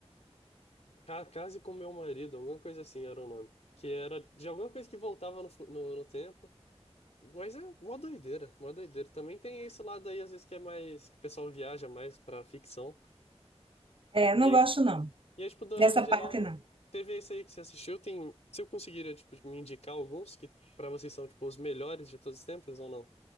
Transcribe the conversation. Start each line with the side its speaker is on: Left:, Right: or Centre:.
Left: Ca- Case com Meu Marido, alguma coisa assim era o nome. Que era de alguma coisa que voltava no, fu- no, no tempo. Mas é mó doideira, mó doideira. Também tem esse lado aí, às vezes, que é mais. Que o pessoal viaja mais pra ficção.
Right: É, não
Left: E aí
Right: gosto não.
Left: E aí, tipo, dorama
Right: Dessa
Left: em geral,
Right: parte não.
Left: teve esse aí que você assistiu, tem... Se eu conseguiria, tipo, me indicar alguns que pra vocês são, tipo, os melhores de todos os tempos ou não?